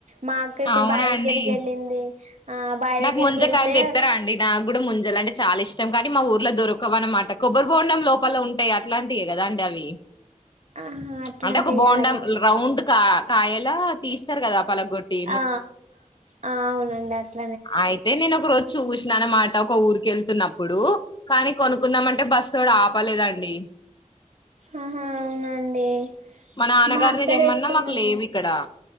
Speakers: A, on the right; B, on the left.
A: మా అక్క ఇప్పుడు
B: అవునా
A: బాయి దగ్గరికి
B: అండి
A: వెళ్ళింది ఆ బావి
B: నాకు
A: దగ్గరికి
B: ముంజకాయలు
A: వెళ్తే
B: తెత్తరా అండి నా కు కూడా ముంజాలంటే చాలా ఇష్టం కానీ మా ఊర్ల దొరకవు అన్నమాట కొబ్బరి బొండం లోపల ఉంటాయి అట్లాంటివే కదండి అవి
A: ఆహా అట్లాంటివి
B: అంటే ఒక బోండాం
A: కాదండి
B: రౌండ్ కా కాయలా తీస్తారు కదా పలగొట్టి
A: ఆ ఆ అవునండి అట్లానే
B: ఆయితే నేను ఒక రోజు చూసినా అన్నమాట ఒక ఊరికి వెళ్తున్నప్పుడు కానీ కొనుకుందామ అంటే బస్సుోడు ఆపలేదండి
A: ఆహా అవునండి
B: మన నాన్నగారిని
A: మా అక్క
B: దేమ్మన్నా
A: తెస్తదండి
B: మాకు లేవు ఇక్కడ